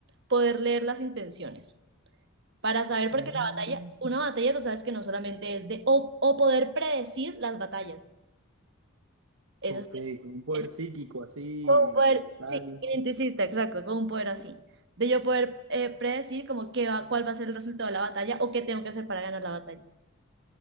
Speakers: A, on the right; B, on the right.
A: poder leer las intenciones para saber,
B: Mm,
A: porque la batalla, una batalla tú sabes que no solamente es de, o, o poder predecir las batallas. Eso
B: ok,
A: es,
B: con un poder
A: es
B: psíquico, así,
A: como un poder,
B: mental.
A: sí, identicista, exacto, como un poder así. De yo poder eh, predecir como qué va, cuál va a ser el resultado de la batalla o qué tengo que hacer para ganar la batalla.